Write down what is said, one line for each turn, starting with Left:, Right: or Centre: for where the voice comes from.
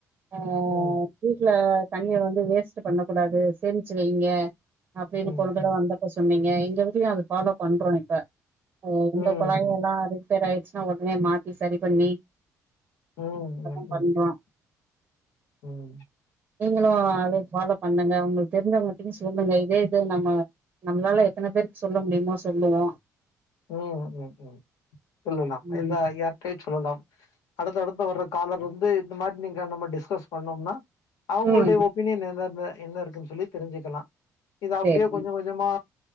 Right: அ
Left: ம்
Right: வீட்ல தண்ணிய வந்து வேஸ்ட்டு பண்ண கூடாது சேமிச்சு வைங்க அப்டின்னு
Left: ம்
Right: போன தடவ
Left: ம்
Right: வந்தப்ப சொன்னீங்க எங்க எடத்துலயு அது ஃபாலோ பண்றோ இப்ப ஆ இந்த
Left: ம் ம்
Right: குழாய எல்லா ரிப்பேர் ஆயிடுச்சுன்னா உடனே மாத்தி சரி பண்ணி
Left: ம்
Right: அதா
Left: ம்
Right: பண்றோ
Left: ம் ம்
Right: நீங்களும் அது ஃபாலோ பண்ணுங்க உங்களுக்கு தெரிஞ்சவங்கட்டையு சொல்லுங்க இதே இது நம்ம நம்மளால எத்தன பேர் சொல்ல முடியுமோ சொல்லுவோ
Left: ம் ம் ம் சொல்லலா
Right: ம்
Left: எல்லா யார்டையும் சொல்லலா அடுத்த அடுத்து வர்ற காலர் வந்து இந்த மாரி நீங்க நம்ம டிஸ்கஸ் பண்ணோம்னா அவங்களுடைய
Right: ம்
Left: ஒபீனியன் என்னன்ன என்ன இருக்குனு சொல்லி தெரிஞ்சுக்கலா இது அப்டியே
Right: சேரி
Left: கொஞ்ச கொஞ்சமா